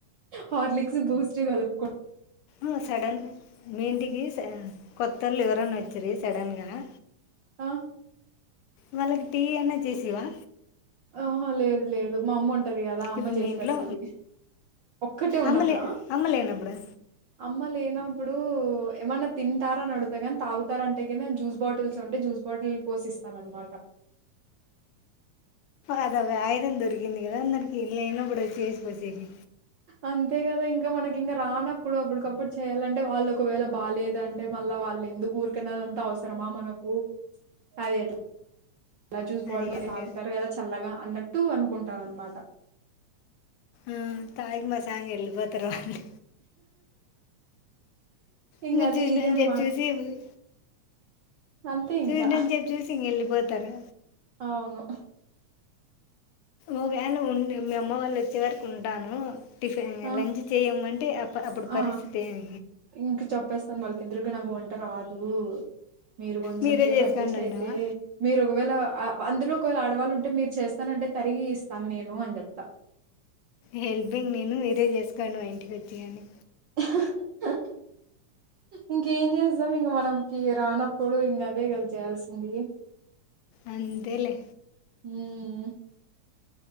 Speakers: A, on the right; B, on the left.
A: హార్లిక్స్ బూస్ట్ కలుపుకో
B: ఆ సడన్ మెహెందికి కొత్తల్లో బాన వచ్చేంది సడెన్ గానా
A: ఆ
B: వాళ్ళకి టీ అన్నా చేసివా
A: ఓహో లేదు లేదు మా అమ్మ ఉంటది కదా అమ్మ
B: ఇప్పుడు
A: చేసి
B: మీ ఇంట్లో
A: పెడతది ఒక్కటే ఉన్నప్పుడా
B: అమ్మలే అమ్మలేనప్పుడు
A: అమ్మ లేనప్పుడు ఏమన్నా తింటారా అని అడుతా కాని తాగుతారు అంటేగానే జ్యూస్ బాటిల్స్ ఉంటే జ్యూస్ బాటిల్ పోసిస్తాను అన్నమాట
B: అది ఒక ఆయుధం దొరికింది కదా అందరికి ఇలైన్న కూడా వచ్చి చేసిపోచ్చ
A: అంతే కదా ఇంకా మనకి ఇంకా రానప్పుడు అప్పటికప్పుడు చేయాలంటే వాళ్ళు ఒకవేళ బాగాలేదు అంటే మళ్ళా వా ళ్ళు ఎందుకు ఊరుకన్నదంతా అవసరమా మనకు అదే అలా చూసిపోవట్లు
B: అది కనుక
A: తాగుతారు కదా చల్లగా అన్నట్టు అనుకుంటాను అన్నమాట
B: ఉమ్ తాకి మాసాంగ్ వెళ్ళిపోతారు వాళ్ళు
A: ఇంగ
B: ఇంకా
A: అది
B: చూసినాంత
A: ఇది అని మా
B: సేపు చూసి
A: అంతే
B: చూసినంత
A: ఇంకా.
B: సేపు చూసి ఇంక వెళ్ళిపోతారు
A: అవును
B: ఓకే అండి ఉం మీ అమ్మ వాళ్ళు వచ్చే వరకు ఉంటాను టిఫిన్
A: ఆ!
B: లంచ్ చేయ్యమంటే అప్పుడు పరిస్థితి
A: ఆ!
B: ఏం
A: ఇంక చెప్పేస్తాను వాళ్ళకి ఎదురుగా నాకు వంట రాదు మీరు కొంచెం
B: మీరే
A: సేపు
B: చేసుకోండి
A: అడ్జస్ట్
B: అంటావా
A: అయితే మీరు ఒకవేళ అందులో ఒకవేళ ఆడవాళ్ళు ఉంటే మీరు చేస్తానంటే తరిగి ఇస్తాను నేను అని చెప్తా
B: హెల్పింగ్ నేను మీరే చేసుకోండి మా ఇంటికి వచ్చి అని
A: ఆ ఇంకేం చేస్తాం ఇంక మనకి రానప్పుడు ఇంక అదే కదా చేయాల్సింది
B: అంతేలె
A: ఉమ్